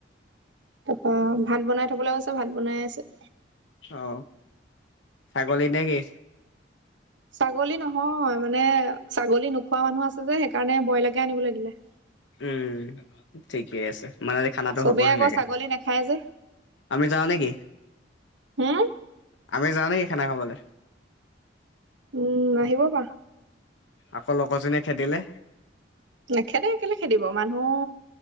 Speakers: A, on the right; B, on the left.
A: তাৰপা ভাত বনাই থবলৈ কৈছে ভাত বনাই আছে।
B: অ ছাগলী নে কি?
A: ছাগলী নহয় মানে ছাগলী নোখোৱা মানুহ আছে যে সেইকাৰণে ব্ৰইলাৰকে আনিবলৈ দিলে।
B: উম ঠিকেই আছে। খানাটো
A: চবেই
B: হ'ব ধুনীয়াকে
A: আকৌ ছাগলী নাখায় যে
B: আমি যাওঁ নেকি?
A: হম,
B: আমি যাওঁ নেকি খানা খাবলে?
A: উম আহিব পাৰা।
B: আকৌ লগৰজনীয়ে খেদিলে
A: নেখেদে কেলে খেদিব মানুহ